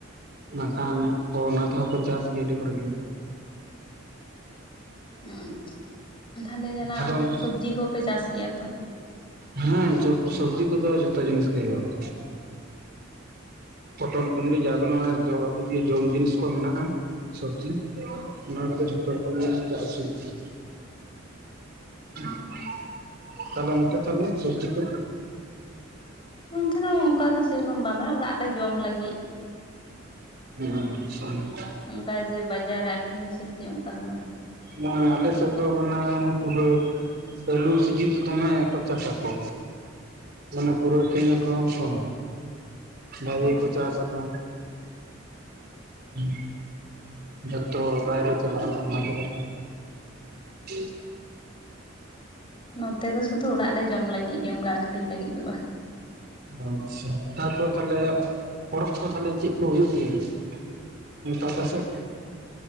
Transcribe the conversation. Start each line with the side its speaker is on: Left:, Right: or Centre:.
Right: ᱵᱟᱠᱷᱟᱱ ᱚ ᱚᱱᱟ ᱛᱮᱦᱚᱸ ᱠᱚ ᱪᱟᱥ ᱜᱮᱭᱟ ᱟᱹᱰᱤ ᱦᱚᱲᱜᱮ᱾
Left: ᱟᱪᱪᱷᱟ ᱛᱟᱦᱚᱞᱮ ᱡᱟᱦᱱᱟᱜ
Right: ᱛᱟᱦᱞᱮ ᱚᱱᱛᱮ
Left: ᱥᱚᱵᱡᱤ ᱠᱚᱯᱮ ᱪᱟᱥ ᱜᱮᱭᱟ ᱛᱚ?
Right: ᱦᱟᱸ ᱥᱚᱵ-ᱥᱚᱵᱽᱡᱤ ᱠᱚᱫᱚ ᱡᱷᱚᱛᱚ ᱡᱤᱱᱤᱥ ᱜᱮ ᱦᱩᱭᱩᱜᱼᱟ᱾ ᱯᱚᱴᱚᱞ, ᱠᱩᱫᱽᱨᱤ ᱡᱟ ᱜᱩᱞᱳ ᱢᱟᱱᱮ ᱡᱟᱵᱚᱛᱤᱭᱚ ᱡᱚᱢ ᱡᱤᱱᱤᱥ ᱠᱚ ᱢᱮᱱᱟᱜᱼᱟ᱾ ᱥᱚᱵᱡᱤ ᱚᱱᱟ ᱠᱚᱫᱚ ᱡᱷᱚᱛᱚ ᱨᱚᱠᱚᱢ ᱜᱮ ᱪᱟᱥ ᱦᱩᱭᱩᱜ ᱜᱮᱭᱟ᱾ <unintelligible> <unintelligible>
Left: ᱟᱪᱪᱷᱟ᱾
Right: ᱛᱟᱦᱚᱞᱮ ᱚᱱᱛᱮ ᱛᱟᱦᱚᱞᱮ ᱥᱚᱵᱡᱤ ᱠᱚ?
Left: ᱱᱚᱱᱛᱮᱫᱚ ᱚᱱᱠᱟ ᱫᱚ ᱥᱮᱨᱚᱠᱚᱢ ᱵᱟᱝ ᱢᱟᱱᱮ ᱚᱲᱟᱜ ᱨᱮ ᱡᱚᱢ ᱞᱟᱹᱜᱤᱫ᱾
Right: <unintelligible>
Left: ᱚᱱᱠᱟ ᱡᱮ ᱵᱟᱡᱟᱨ ᱨᱮ ᱟᱠᱷᱨᱤᱧ ᱥᱮ ᱪᱮᱫ ᱚᱱᱠᱟ ᱫᱚ ᱵᱟᱝ᱾
Right: ᱡᱟᱸᱦᱟ ᱟᱞᱮ ᱥᱮᱫ ᱫᱚ ᱢᱟᱱᱮ ᱯᱩᱨᱟᱹ ᱟᱞᱩ ᱥᱤᱡᱤᱱ ᱫᱚᱢᱮ ᱠᱚ ᱪᱟᱥ ᱟ ᱠᱚ᱾ ᱢᱟᱱᱮ ᱯᱩᱨᱳ ᱟᱠᱷᱨᱤᱧ ᱟᱠᱚ ᱠᱚᱸ ᱵᱷᱟᱹᱜᱤ ᱜᱮᱠᱚ ᱪᱟᱥ ᱟᱠᱚ᱾ ᱦᱩᱸ ᱡᱚᱛᱚ ᱵᱟᱭᱨᱮ ᱪᱟᱞᱟᱜᱼᱟ ᱟᱠᱚ ᱢᱟᱡᱽᱷᱨᱮ ᱪᱤᱞ
Left: ᱱᱚᱛᱮ ᱫᱚ ᱥᱩᱫᱩ ᱚᱲᱟᱜ ᱨᱮ ᱡᱚᱢ ᱞᱟᱹᱜᱤᱫ ᱜᱮ ᱚᱱᱠᱟ ᱟᱠᱷᱨᱤᱧ ᱞᱟᱹᱜᱤᱫ ᱫᱚ ᱵᱟᱝ᱾
Right: ᱚ ᱟᱪᱪᱷᱟ ᱛᱟᱯᱚᱨ ᱛᱟᱦᱞᱮ ᱯᱚᱨᱚᱵᱽ ᱠᱚ ᱛᱟᱦᱞᱮ ᱪᱮᱫ ᱠᱚ ᱦᱩᱭᱩᱜ ᱜᱮᱭᱟ? ᱚᱱᱠᱟ ᱟᱯᱮᱥᱮᱫ?